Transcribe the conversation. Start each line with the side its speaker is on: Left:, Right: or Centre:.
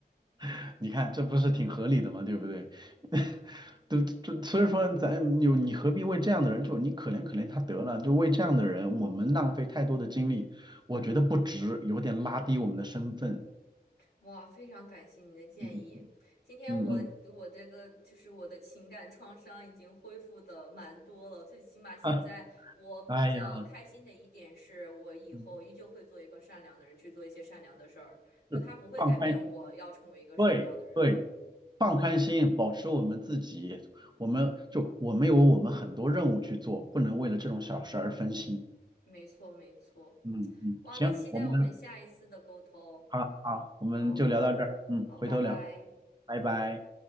Right: <laughs> 你看，这不是挺合理的吗？对不对？<laughs> 都这，所以说咱有你何必为这样的人，就你可怜可怜他得了，就为这样的人，我们浪费太多的精力，我觉得不值，有点拉低我们的身份。
Left: 哇，非常感谢您的建议。
Right: 嗯
Left: 今天我我这个就是我的情感创伤已经恢复的蛮多了，
Right: 嗯嗯，
Left: 最起码现在我比较开心的一点是，
Right: <laughs> 哎呀，
Left: 我以后依旧会做一个善良的人，
Right: 嗯
Left: 去做一些善良的事儿，就他不会改变我要成为一个什么样的人。
Right: 是放宽心，对对，放宽心，保持我们自己，我们就我们有我们很多任务去做，不能为了这种小事而分心。
Left: 没错，没错。
Right: 嗯嗯，
Left: 哇，
Right: 行，
Left: 那期待我们下一次的沟通。
Right: 我们好好，我们就聊到这儿，
Left: 好，
Right: 嗯，
Left: 好，
Right: 回头聊。
Left: 拜拜。
Right: 拜拜。